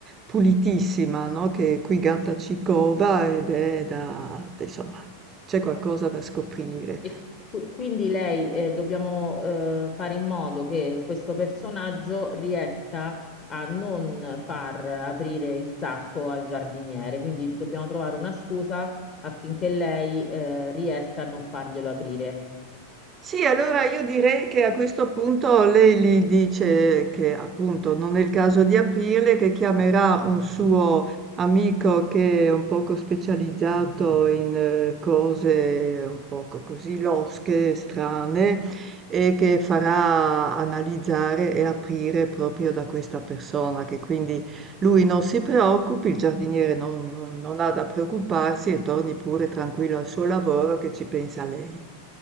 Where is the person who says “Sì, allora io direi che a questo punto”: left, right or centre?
Right